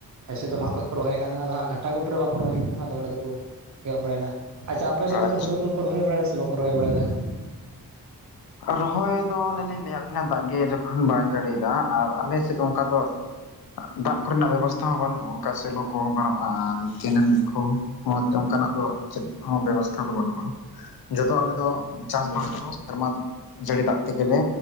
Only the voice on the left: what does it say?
ᱟᱪᱪᱷᱟ᱾
ᱨᱚᱦᱚᱭ ᱫᱚ ᱚᱱᱮ ᱞᱤᱧ ᱞᱟᱹᱭᱟᱫ ᱵᱮᱤᱱᱟ ᱫᱟᱜ ᱜᱮ ᱡᱚᱠᱷᱚᱱ ᱵᱟᱭ ᱡᱟᱹᱲᱤᱭᱮᱫᱟ ᱟᱨ ᱟᱞᱮ ᱥᱮᱫ ᱚᱱᱠᱟ ᱫᱚ ᱫᱟᱜ ᱠᱚᱨᱮᱱᱟᱜ ᱵᱮᱵᱚᱥᱛᱷᱟ ᱦᱚᱸ ᱵᱟᱹᱱᱩᱜᱼᱟ ᱚᱱᱠᱟ ᱥᱮᱞᱚ ᱠᱚᱦᱚᱸ ᱵᱟᱹᱱᱩᱜᱼᱟ ᱟᱨ ᱠᱮᱱᱮᱞ ᱠᱚ᱾ ᱦᱚᱸᱪ ᱚᱱᱠᱟᱱᱟᱜ ᱫᱚ ᱪᱮᱫ ᱦᱚᱸ ᱵᱮᱵᱚᱥᱛᱷᱟ ᱫᱚ ᱵᱟᱹᱱᱩᱜᱼᱟ᱾ ᱡᱚᱛᱚ ᱟᱞᱮ ᱫᱚ ᱪᱟᱥᱵᱟᱥ ᱠᱚ ᱥᱮᱨᱢᱟ ᱡᱟᱹᱲᱤ ᱫᱟᱜ ᱛᱮᱜᱮᱞᱮ